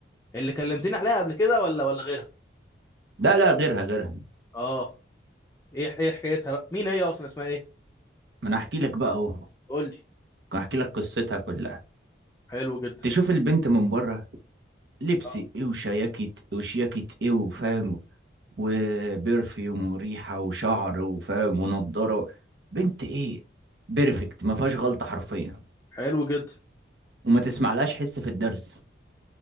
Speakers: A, on the left; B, on the right.
A: اللي كلمتني عليها قبل كده ولا ولا غيرها
B: ده لا غيرها غيرها
A: اه ايه ايه حكايتها بقى مين هي اصلا اسمها ايه
B: ما انا احكي لك بقى اهو
A: قول لي
B: احكي لك قصتها كلها
A: حلو جدا
B: تشوف البنت من بره لبس
A: اه
B: ايه وشياكت وشياكت ايه وفاهم وبرفيوم وريحه وشعر وفاهم ونضاره بنت ايه بيرفكت ما فيهاش غلطه حرفيا
A: حلو جدا
B: وما تسمعلهاش حس في الدرس